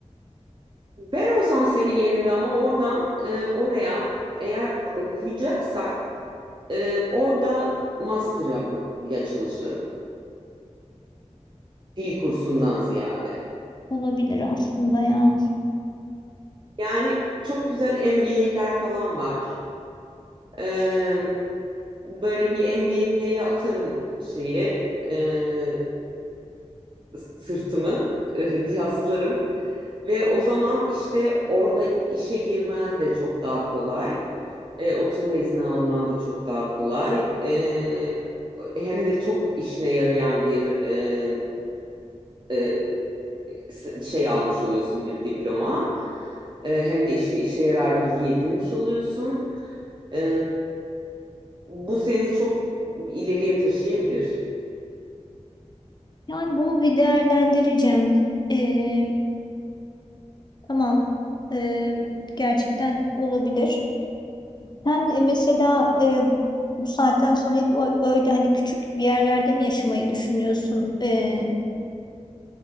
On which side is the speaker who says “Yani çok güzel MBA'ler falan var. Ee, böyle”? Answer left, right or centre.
Right